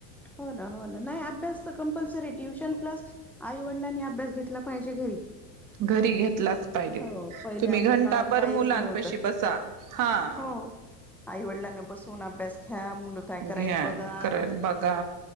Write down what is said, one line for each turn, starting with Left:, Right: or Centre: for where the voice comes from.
Centre: हो ना, हो ना, नाही अभ्यास तर कंपल्सरी ट्युशन प्लस आईवडिलांनी अभ्यास घेतला पाहिजे घरी.
Right: घरी घेतलाच पाहिजे.
Centre: हो पहिले
Right: तुम्ही
Centre: आपल्या
Right: घंटा
Centre: काळात
Right: बर
Centre: काहीच
Right: मुलांपशी
Centre: नव्हतं
Right: बसा हा
Centre: हो, आईवडिलांना बसून अभ्यास घ्या, मुलं काय करायत
Right: घ्या.
Centre: बघा.
Right: करल बघा.